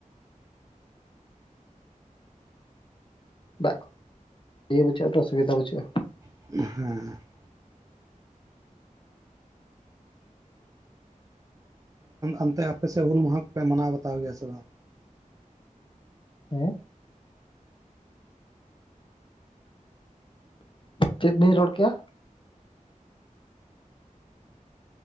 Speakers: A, on the left; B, on the right.
A: ᱫᱟᱜ ᱤᱭᱟᱹ ᱵᱟᱹᱪᱩᱜᱼᱟ ᱛᱚ ᱚᱥᱩᱵᱤᱫᱟ ᱵᱟᱹᱪᱩᱜᱼᱟ ᱾
B: ᱦᱮᱸ ᱻ ᱚᱱᱛᱮ ᱟᱯᱮᱥ ᱦᱩᱞ ᱢᱟᱦᱟ ᱠᱚᱯᱮ ᱢᱟᱱᱟᱣ ᱵᱟᱛᱟᱣ ᱜᱮᱭᱟ ᱥᱮ ᱵᱟᱝ?
A: ᱦᱮᱸᱻ ᱪᱮᱫ ᱵᱤᱱ ᱨᱚᱲ ᱠᱮᱭᱟ?